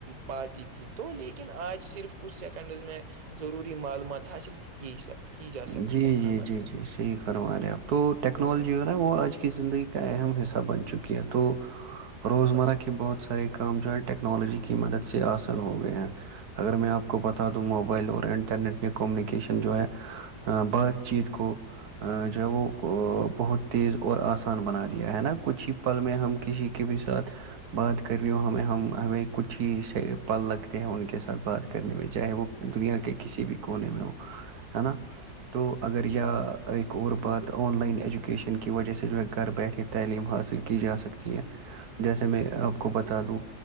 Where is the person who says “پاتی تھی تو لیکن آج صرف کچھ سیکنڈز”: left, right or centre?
Right